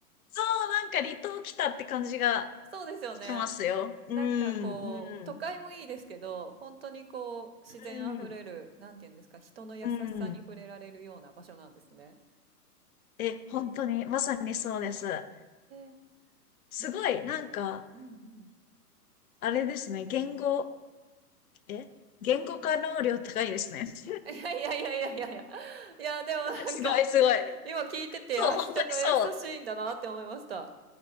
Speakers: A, on the left; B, on the right.
A: そう、なんか離島来たって感じが
B: そうですよね。
A: しますよ。うん、
B: なんかこう、都会もいいですけど、
A: うん、
B: 本当にこう、自然あふれる、
A: うん、
B: なんていうんですか、人の優しさに触れられるような場所なんですね。
A: うん。え、本当に、まさにそうです。
B: へえ、
A: すごい、
B: なんか、
A: なんか、
B: うんうん。
A: あれですね、言語、え言語化能量高いですね。
B: はい。
A: <laughs>
B: <laughs> いやいやいやいやいやいや。いや、でもなんか、
A: すごい、すごい。
B: 今聞いてて、
A: そう、
B: あ、
A: 本当にそう。
B: 人が優しいんだなって思いました。